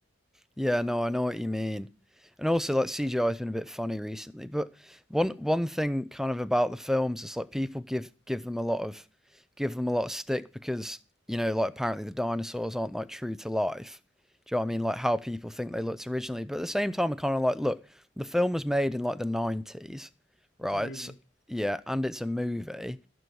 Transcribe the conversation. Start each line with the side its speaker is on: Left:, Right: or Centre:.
Centre: Yeah, no, I know what you mean. And also, like CGI has been a bit funny recently, but one one thing kind of about the films is like people give give them a lot of give them a lot of stick because you know like apparently the dinosaurs aren't like true to life. Do you know what I mean? Like how people think they looked originally, but at the same time, I kind of like look. The film was made in like the nineties, right?
Left: It's a movie.
Centre: So, yeah, and it's a movie